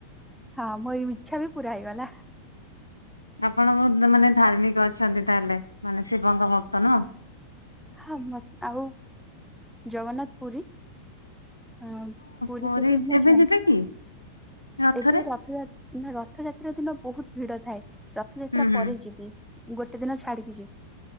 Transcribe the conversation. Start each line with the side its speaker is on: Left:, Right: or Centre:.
Centre: ହଁ ମୋ ଇଚ୍ଛା ବି ପୁରା ହେଇଗଲା।
Left: ଆପଣ ବହୁତ ମାନେ ଧାର୍ମିକ ଅଛନ୍ତି ତାହେଲେ ମାନେ ଶିବଙ୍କ ଭକ୍ତ। ନୁହଁ?
Centre: ହଁ ମତେ ଆଉ ଜଗନ୍ନାଥ ପୁରୀ। ହଁ ପୁରୀକୁ
Left: ପୁରୀ
Centre: ବି ମୁଁ
Left: ଏବେ
Centre: ଯାଏ
Left: ଯିବେ କି ରଥରେ
Centre: ଏବେ ରଥଯା ନା ରଥଯାତ୍ରା ଦିନ ବହୁତ ଭିଡ ଥାଏ। ରଥଯାତ୍ରା
Left: ହୁଁ ହୁଁ
Centre: ପରେ ଯିବି। ଗୋଟେ ଦିନ ଛାଡିକି ଯିବୁ।